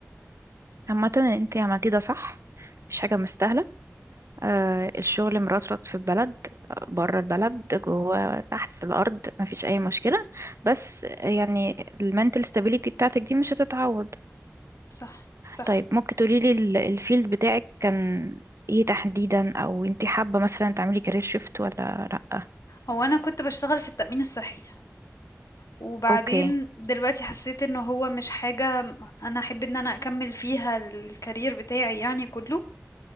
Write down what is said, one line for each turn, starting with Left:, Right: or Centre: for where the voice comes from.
Right: عامه انتي عملتيه ده صح مفيش حاجه مستاهله آه الشغل مرطرط في البلد بره البلد جوه تحت الارض مفيش اي مشكله بس يعني المنتل ستابيليتي بتاعتك دي مش هتتعوض
Left: صح، صح.
Right: طيب ممكن تقوليلي ال- الفيلد بتاعك كان ايه تحديدا او انتي حابة مثلا تعملي كارير شيفت ولا لأ
Left: هو انا كنت بشتغل في التأمين الصحي وبعدين
Right: اوكي
Left: دلوقتي حسيت انه هو مش حاجة انا احب ان انا اكمل فيها الكارير بتاعي يعني كله